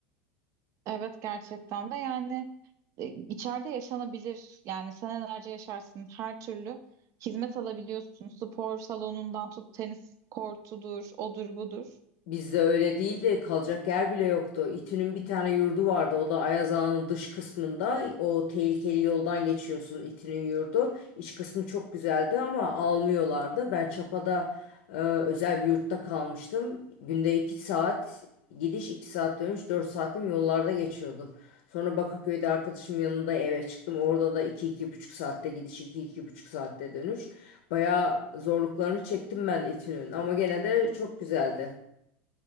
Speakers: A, on the right; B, on the left.
A: Evet gerçekten ve yani e, içeride yaşanabilir yani senelerce yaşarsın her türlü hizmet alabiliyorsun spor salonundan tut tenis kortudur odur budur
B: Bizde öyle değildi. Kalacak yer bile yoktu. İTÜ'nün bir tane yurdu vardı. O da Ayaz Ağa'nın dış kısmında. O tehlikeli yoldan geçiyorsun İTÜ'nün yurdu. İç kısmı çok güzeldi ama almıyorlardı. Ben Çapa'da e, özel bir yurtta kalmıştım. Günde 2 saat gidiş, 2 saat dönüş, 4 saatim yollarda geçiyordu. Sonra Bakırköy'de arkadaşım yanında eve çıktım. Orada da iki iki buçuk saatte gidiş, iki iki buçuk saatte dönüş. Bayağı zorluklarını çektim ben İTÜ'nün ama gene de çok güzeldi.